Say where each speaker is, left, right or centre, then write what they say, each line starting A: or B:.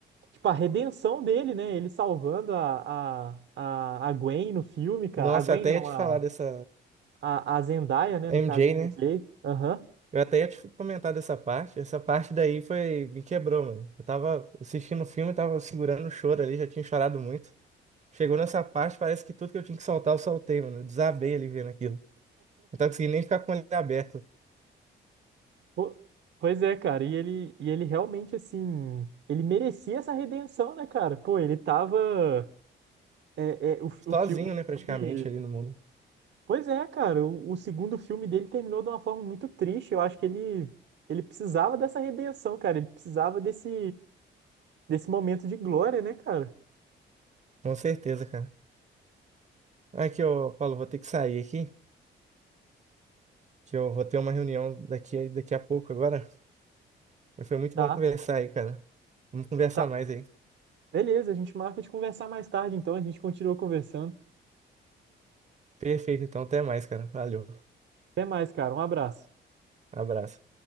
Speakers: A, on the right; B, on the right.
A: Tipo, a redenção dele, né? Ele salvando a, a, a, a Gwen no filme, cara.
B: Nossa,
A: A Gwen
B: eu até
A: não,
B: ia te
A: a,
B: falar dessa
A: a, a Zendaya, né?
B: MJ,
A: No caso, a MJ.
B: né?
A: Aham.
B: Eu até ia te comentar dessa parte. Essa parte daí foi, me quebrou, mano. Eu tava assistindo o filme, tava segurando o choro ali, já tinha chorado muito. Chegou nessa parte, parece que tudo que eu tinha que soltar, eu soltei, mano. Eu desabei ali vendo aquilo. Não tava conseguindo nem ficar com ele aberto.
A: Po- Pois é, cara. E ele, e ele realmente, assim... Ele merecia essa redenção, né, cara? Pô, ele tava... É, é, o, o,
B: Sozinho,
A: fi- o
B: né, praticamente,
A: filme...
B: ali no mundo.
A: Pois é, cara. O, o segundo filme dele terminou de uma forma muito triste. Eu acho que ele, ele precisava dessa redenção, cara. Ele precisava desse, desse momento de glória, né, cara?
B: Com certeza, cara. Aqui, ô, Paulo, vou ter que sair aqui, que eu vou ter uma reunião daqui, daqui a pouco agora. Mas foi muito
A: Tá.
B: bom conversar aí, cara. Vamos conversar
A: Tá,
B: mais aí.
A: Beleza, a gente marca de conversar mais tarde, então a gente continua conversando.
B: Perfeito, então, até mais, cara. Valeu.
A: Até mais, cara. Um abraço.
B: Abraço.